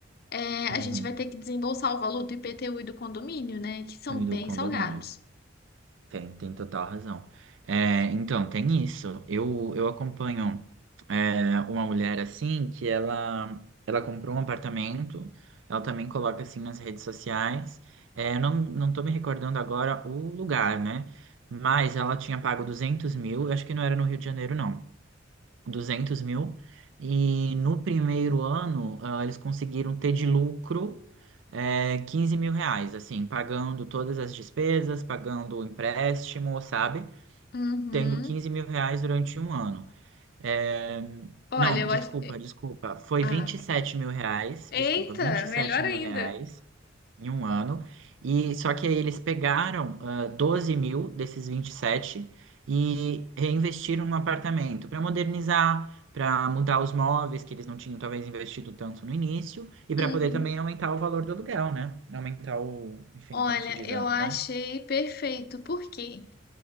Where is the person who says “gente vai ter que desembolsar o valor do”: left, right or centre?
Left